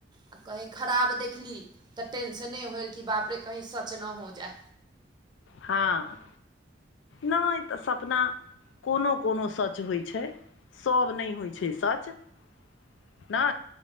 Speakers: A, on the right; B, on the left.
A: आ कहीँ खराब देखली तऽ टेंशने होइल कि बाप रे कहीँ सच ना हो जाइ
B: हँ नै तऽ सपना कोनो कोनो सच होइ छै सभ नै होइ छै सच <inaudible> नै